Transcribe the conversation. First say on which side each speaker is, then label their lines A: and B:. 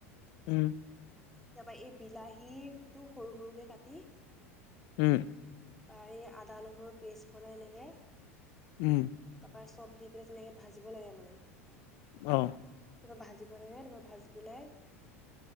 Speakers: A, on the left; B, in the centre.
A: উম।
B: তাৰাপা এই বিলাহীতো সৰু-সৰুকে কাটি-
A: উম।
B: পাৰি আদা, নহৰু পেচ বনায় এনেকে।
A: উম।
B: তাৰপা চব দি পেলাই তেনেকে ভাজিব লাগে মানে।
A: অঁ'।
B: তাৰপা ভাজিব লাগে তোমাৰ ভাজি পেলাই